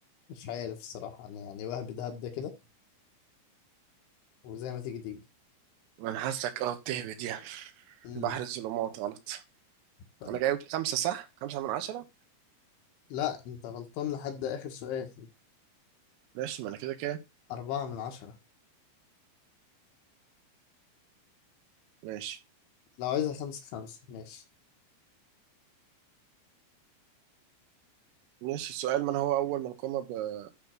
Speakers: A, on the left; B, on the right.
A: مش عارف الصراحة أنا يعني وهب دهب ده هبدة كده وزي ما تيجي تيجي
B: ما أنا حاسك أه بتهبد يعني
A: مم.
B: بحر الظلمات غلط
A: طيب
B: أنا جايب خمسة صح؟ خمسة من عشرة؟
A: لا انت غلطان لحد اخر سؤال
B: ماشي ما أنا كده كده
A: اربعة من عشرة
B: ماشي
A: لو عايزها خمسة خمسة ماشي
B: ماشي السؤال من هو أول من قام ب-